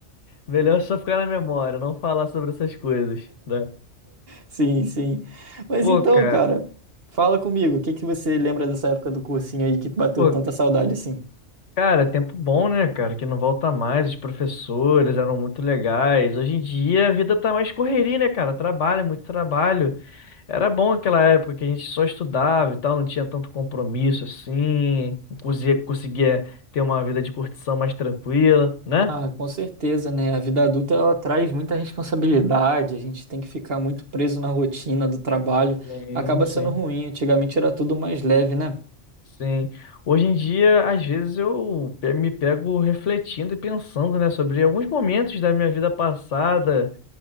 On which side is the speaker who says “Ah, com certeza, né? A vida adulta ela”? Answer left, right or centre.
Right